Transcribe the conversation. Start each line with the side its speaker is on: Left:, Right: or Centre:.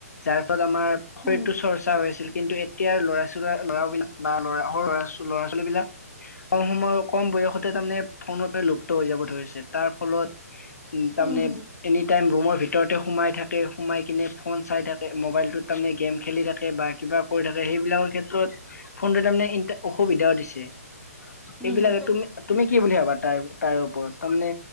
Left: যাৰ ফলত আমাৰ শৰীৰতটো
Centre: উম
Left: চৰ্চা হৈ আছিল কিন্তু এতিয়াৰ ল'ৰা ছ ল'ৰাবিলাক বা ল'ৰা সৰু লৰা ল'ৰা ছোৱালী বিলাক কম সময়ৰ কম বয়সতে তাৰমানে ফোনতে লুপ্ত হৈ যাব ধৰিছে তাৰ ফলত উ তাৰমানে
Centre: উম উম হুম
Left: এনি টাইম ৰুমৰ ভিত ৰতে সোমাই থাকে সোমাই কিনে ফোন চাই থাকে মোবাইলটোত তাৰমানে গেম খেলি থাকে বা কিবা কৰি থাকে সেইবিলাকৰ ক্ষেত্ৰত ফোনটো তামানে এনিটা অসুবিধাও দিছে
Centre: উম
Left: এইবিলাক
Centre: উম হুম
Left: তুমি তুমি কি বুলি ভাবা তাৰ তাৰ ওপৰত তাৰমানে